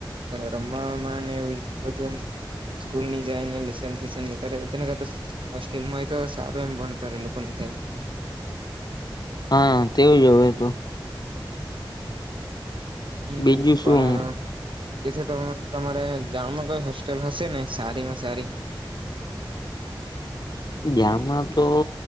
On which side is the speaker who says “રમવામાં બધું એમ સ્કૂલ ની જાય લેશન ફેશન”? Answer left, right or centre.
Right